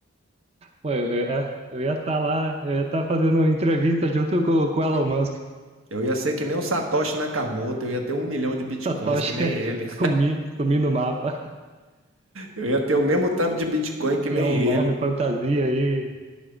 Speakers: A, on the right; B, on the right.
A: Pô, eu, eu- é, eu ia estar lá, eu ia estar fazendo entrevista junto com, com o Elon Musk.
B: Eu ia ser que nem o Satoshi Nakamoto, eu ia ter um milhão de bitcoins
A: Satoshi
B: que nem
A: <laughs>
B: ele.
A: sumir, sumir no mapa,
B: Eu ia ter o mesmo tanto de Bitcoin
A: <laughs>
B: que
A: criar
B: nem
A: um
B: ele.
A: nome fantasia aí,